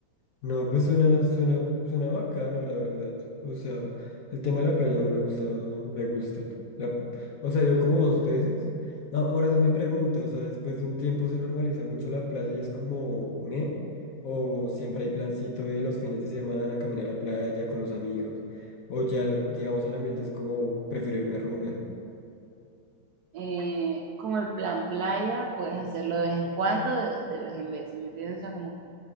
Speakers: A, on the left; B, on the right.
A: No, pues suena, suena, suena bacano, la verdad. O sea, el tema de la playa a mí me gusta, me gusta. La- o sea, yo como dos veces. A- Ahora esa es mi pregunta, o sea, después de un tiempo se normaliza mucho la playa y es como, ¿me? O siempre hay plancito de los fines de semana, caminar a la playa con los amigos. O ya, lo- digamos, el ambiente es como, prefiero irme a rumbear.
B: Eh, como el plan playa, puedes hacerlo de vez en cuando, de, de vez en vez, ¿sí ¿me entiendes? O sea, como que